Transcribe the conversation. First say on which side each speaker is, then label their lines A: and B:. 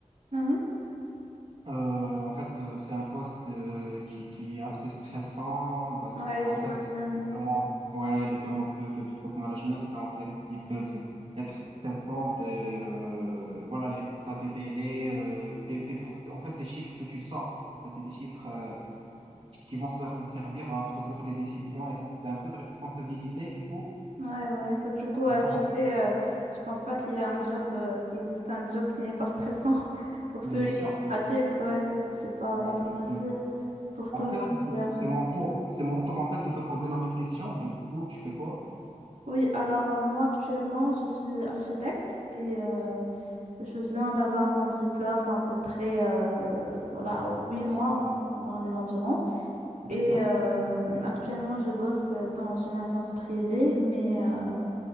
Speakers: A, on the right (about 80°); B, on the right (about 45°).
A: Mhm.
B: Euh, en fait, euh, c'est un poste euh, qui, qui est assez stressant. Bah,
A: Ouais,
B: c'est- c'est- en
A: j'imagine.
B: fait, les demandes, ouais, les demandes de, de, de top management, bah, en fait, ils peuvent être stressantes. Et, euh, voilà, les, t'as des délais, euh, tes, tes pro- en fait, tes chiffres que tu sors, bah, c'est des chiffres euh, qui vont ser- servir à produire des décisions et c'est un peu de responsabilité du coup
A: Ouais, ouais. Bah, du coup, euh,
B: c'est ça
A: tu
B: en
A: sais,
B: fait
A: euh, je pense pas qu'il y a un job, euh, qui existe un job qui n'est pas stressant <laughs> pour
B: mais
A: celui
B: bien sûr
A: qui
B: mais-
A: pratique, ouais, parce que c'est pas,
B: ouais
A: c'est
B: bien
A: pas
B: sûr
A: facile pour
B: après
A: tout le
B: c'est c'est-
A: monde.
B: c'est- c'est mon tour c'est mon tour en fait de te poser la même question du coup tu fais quoi
A: Oui, alors euh, moi actuellement je suis architecte et euh, je viens d'avoir mon diplôme à peu près euh, voilà huit mois dans les environs
B: d'accord
A: et euh, actuellement je bosse euh, dans une agence privée mais euh,